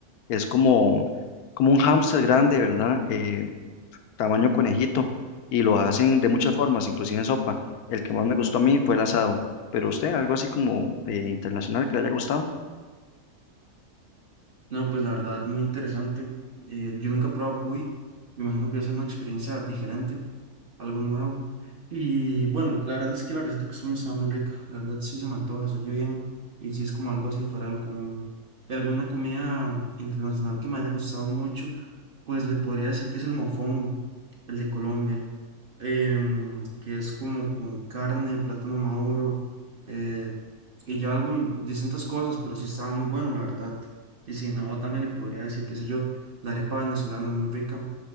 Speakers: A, on the left; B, on the right.
A: Es como, como un hámster grande, ¿verdad? Eh, tamaño conejito, y lo hacen de muchas formas, inclusive en sopa. El que más me gustó a mí fue el asado, pero usted, algo así como eh, internacional que le haya gustado.
B: No, pues la verdad, muy interesante. Eh, yo nunca he probado cuy, me imagino que debe ser una experiencia diferente. algo nuevo. Y bueno, la verdad es que la receta que usted me dio estaba muy rica, la verdad sí se me antoja, se oye bien y sí es como algo así fuera de lo común. Y alguna comida internacional que me haya gustado mucho, pues le podría decir que es el mofongo, el de Colombia, em, que es como con carne, plátano maduro eh, y ya algún, distintas cosas, pero sí estaba muy bueno, la verdad. Y si no, también le podría decir, qué sé yo, la arepa venezolana es muy rica.